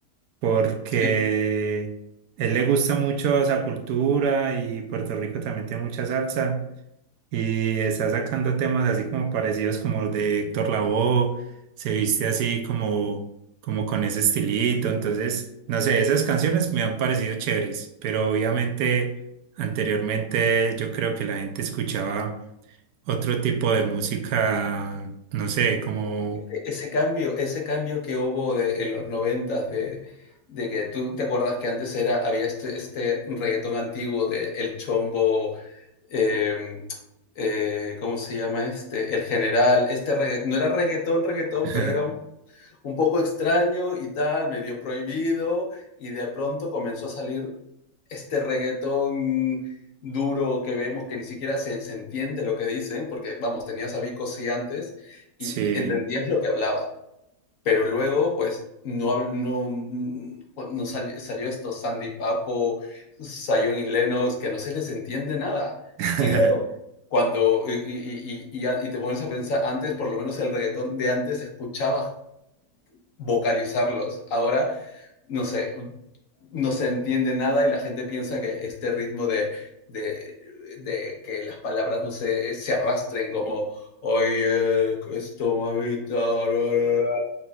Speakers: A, on the right (about 75°); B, on the left (about 60°).
A: porque
B: sí.
A: él le gusta mucho esa cultura y Puerto Rico también tiene mucha salsa y está sacando temas así como parecidos como de Héctor Lavoe, se viste así como, como con ese estilito, entonces, no sé, esas canciones me han parecido chéveres, pero obviamente anteriormente yo creo que la gente escuchaba otro tipo de música, no sé, como...
B: E- e- Ese cambio, ese cambio que hubo de, en los noventas de, de que tú te acuerdas que antes era, había este, este reggaetón antiguo de El Chombo, em, eh, ¿cómo se llama este? El General, este regga- no era reggaetón, reggaetón,
A: <laughs>
B: pero era un, un poco extraño y tal, medio prohibido, y de pronto comenzó a salir este reggaetón duro que vemos que ni siquiera se, se entiende lo que dicen, porque vamos, tenías a Vico sí antes
A: Sí.
B: y entendías lo que hablaba, pero luego pues no, hab- no, no sal- salió esto Sandy Papo, Zion y Lennox, que no se les entiende nada.
A: <laughs>
B: Y claro, cuando y, y- y- y a- y te pones a pensar, antes por lo menos el reggaetón de antes escuchabas vocalizarlos, ahora no sé, no se entiende nada y la gente piensa que este ritmo de, de, de que las palabras no se, se arrastren como, oye, que esto, mamita, bla, bla, bla",